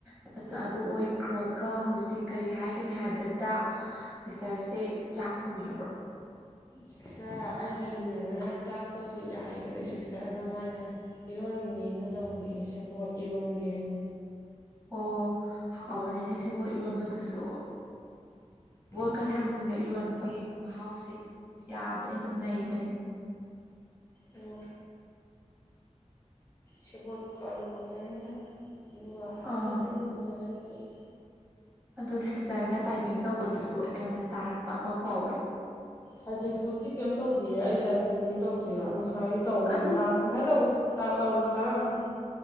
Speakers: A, on the right; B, on the left.
A: ꯑꯗꯨꯅ ꯑꯗꯨ ꯑꯣꯏ ꯆꯠꯈ꯭ꯔꯒ ꯍꯧꯖꯤꯛ ꯀꯔꯤ ꯍꯥꯏꯒꯅꯤ ꯍꯥꯏꯕꯗ ꯁꯤꯁꯇꯔꯁꯦ ꯆꯥꯛ ꯊꯣꯡꯕꯤꯔꯕ꯭ꯔꯣ <unintelligible>
B: ꯁꯤꯛꯁꯇꯔ ꯑꯩꯒꯤ ꯂꯝꯃꯤꯟꯅꯕꯏ ꯆꯥꯛꯇꯣ ꯌꯥꯏꯈꯔꯦ ꯁꯤꯛꯁꯇꯔꯗꯣ ꯑꯃꯥꯅ ꯏꯔꯣꯟꯒꯦꯅ ꯇꯧꯔꯤꯌꯦ ꯁꯦꯕꯣꯠ ꯏꯔꯣꯟꯒꯦꯅ
A: ꯑꯣ ꯍꯥꯎꯕꯅꯤꯅꯦ ꯁꯦꯕꯣꯠ ꯏꯔꯣꯟꯕꯗꯨꯁꯨ
B: ꯎꯝ
A: ꯀ ꯊꯥꯡꯁꯤꯡꯒ ꯏꯔꯣꯟꯕꯒꯤ ꯃꯍꯥꯎꯁꯦ ꯑꯗꯨꯝ ꯌꯥꯕꯅꯤ ꯑꯗꯨꯝ ꯅꯩꯕꯅꯤ
B: ꯑꯝ ꯁꯦꯕꯣꯠ ꯑꯂꯨꯒ ꯈꯥꯛꯇꯅꯤꯗ ꯑꯗꯨꯒ
A: ꯑꯥ
B: ꯑꯇꯣꯞꯄ ꯅꯨꯡꯉꯥꯏ ꯢꯔꯣꯟ ꯅꯤꯡꯉꯥꯢꯒ ꯂꯩꯇꯦꯗ
A: ꯑꯗꯣ ꯁꯤꯁꯇꯔꯅ ꯇꯥꯏꯄꯤꯡ ꯇꯧꯕꯗꯨꯁꯨ ꯑꯩꯉꯣꯟꯗ ꯇꯥꯔꯛꯄ ꯑꯃ ꯐꯥꯎꯋꯦ
B: ꯍꯧꯖꯤꯛ ꯍꯧꯖꯤꯛ ꯀꯩꯝ ꯇꯧꯗꯦꯌꯦ ꯑꯩ ꯇꯥꯏꯄꯤꯡ ꯀꯩꯝ ꯇꯧꯗꯦꯗ ꯉꯁꯥꯏ ꯇꯧꯕꯗ
A: ꯑꯗꯨ
B: ꯉꯥꯁꯥꯏ ꯇꯧꯕꯁꯨ ꯇꯥꯎ ꯇꯧꯔꯁꯨ ꯇꯔꯥꯝꯅꯤ